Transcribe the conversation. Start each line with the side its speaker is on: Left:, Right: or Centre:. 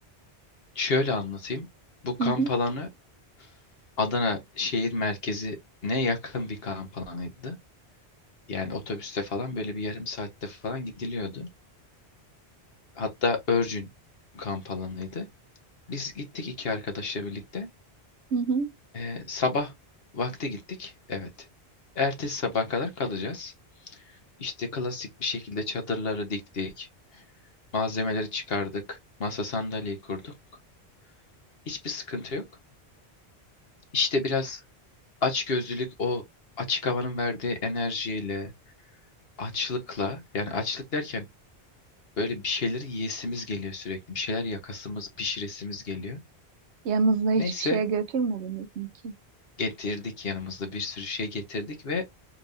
Left: şöyle anlatayım. Bu kamp
Right: Hı hı,
Left: alanı Adana şehir merkezine yakın bir kamp alanıydı. Yani otobüste falan böyle bir yarım saatte falan gidiliyordu. Hatta örgün kamp alanıydı. Biz gittik iki arkadaşla birlikte.
Right: hı hı.
Left: Ee, sabah vakti gittik. Evet. Ertesi sabaha kadar kalacağız. İşte klasik bir şekilde çadırları diktik. Malzemeleri çıkardık. Masa sandalyeyi kurduk. Hiçbir sıkıntı yok. İşte biraz açgözlülük o açık havanın verdiği enerjiyle, açlıkla yani açlık derken Böyle bir şeyleri yiyesimiz geliyor sürekli. Bir şeyler yakasımız, pişiresimiz geliyor.
Right: Yanınızda hiçbir
Left: Neyse
Right: şeye götürmediniz mi ki?
Left: getirdik yanımızda bir sürü şey getirdik ve